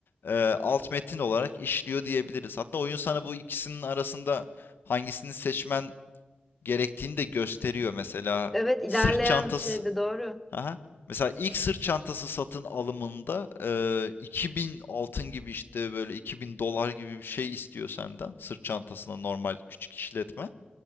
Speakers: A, on the left; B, in the centre.
A: eee, alt metin olarak işliyor diyebiliriz. Hatta oyun sana bu ikisinin arasında hangisini seçmen gerektiğini de gösteriyor. Mesela
B: Evet ilerleyen
A: sırt çantası
B: şey de doğru.
A: Aha. Mesela ilk sırt çantası satın alımında e, 2000 altın gibi işte böyle 2000 dolar gibi bir şey istiyor senden. Sırt çantasına normal küçük işletme.